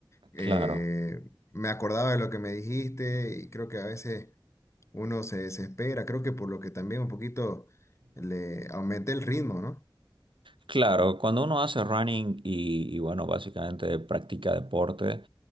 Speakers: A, on the left; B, on the right.
A: eh,
B: Claro.
A: me acordaba de lo que me dijiste y creo que a veces uno se desespera. Creo que por lo que también un poquito le aumenté el ritmo, ¿no?
B: Claro, cuando uno hace running y, y, bueno, básicamente practica deporte,